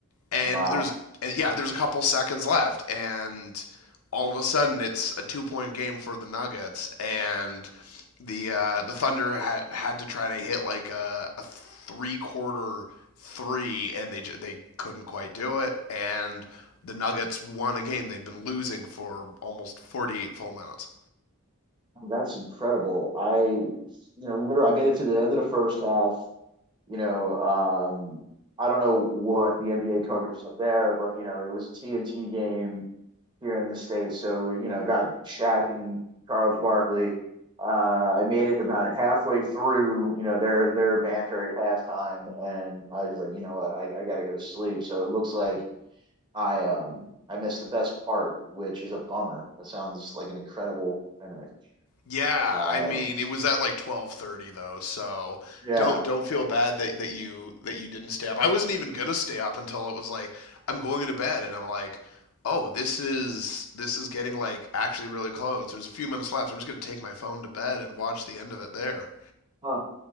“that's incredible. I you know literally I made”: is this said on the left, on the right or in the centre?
Right